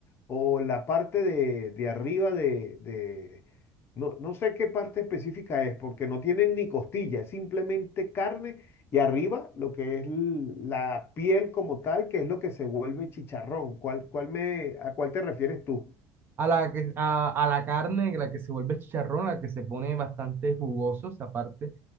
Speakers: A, on the left; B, on the right.
A: o la parte de, de arriba de, de- No, no sé qué parte específica es, porque no tienen ni costilla, es simplemente carne y arriba, lo que es l- la piel como tal, que es lo que se vuelve chicharrón. ¿Cuál, cuál me, ¿a cuál te refieres tú?
B: a la, que, a, a la carne, la que se vuelve chicharrón, la que se pone bastante jugosos, aparte,